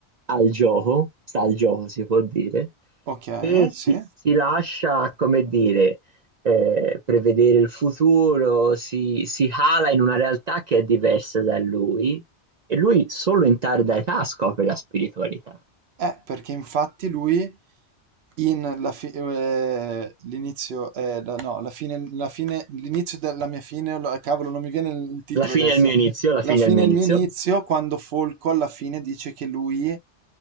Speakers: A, on the right; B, on the right.
A: al gioco, sta al gioco si può dire,
B: Ok, eh,
A: e si,
B: sì.
A: si lascia, come dire, eh, prevedere il futuro, si, si cala in una realtà che è diversa da lui e lui solo in tarda età scopre la spiritualità.
B: Eh, perché infatti lui In la fi- eh, l'inizio, eh, la- no, la fine, la fine, l'inizio della mia fine, lo- eh, cavolo, non mi viene il il titolo
A: La fine
B: adesso.
A: è il mio inizio, la
B: La
A: fine
B: fine
A: è il mio
B: è
A: inizio.
B: il mio inizio, quando Folco alla fine dice che lui,